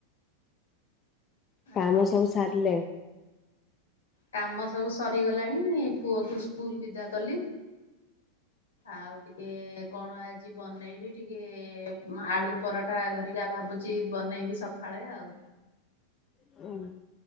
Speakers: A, on the left (about 25°); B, on the left (about 70°).
A: କାମ
B: ଆଉ
A: ସବୁ ସାରିଲେ?
B: କାମ ସବୁ ସରିଗଲାଣି, ପୁଅ କୁ ସ୍କୁଲ ବିଦା କଲି। ଆଉ ଟିକେ କଣ ଆଜି ବନେଇ ବି ଟିକେ ଆଳୁ ପରଠା ହରିକା ଭାବୁଚି ବନେଇବି ସକାଳେ ଆଉ।
A: <inaudible>